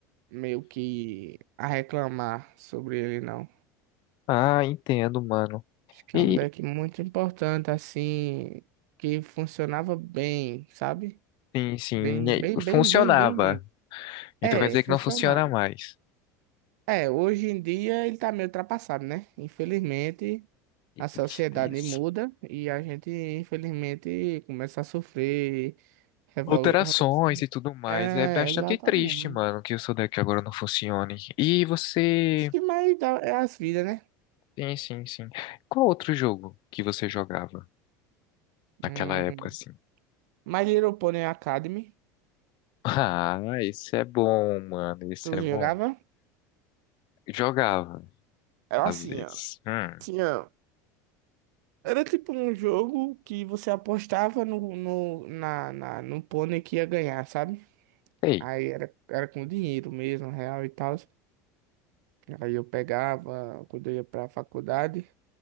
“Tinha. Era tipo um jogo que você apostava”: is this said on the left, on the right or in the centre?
Right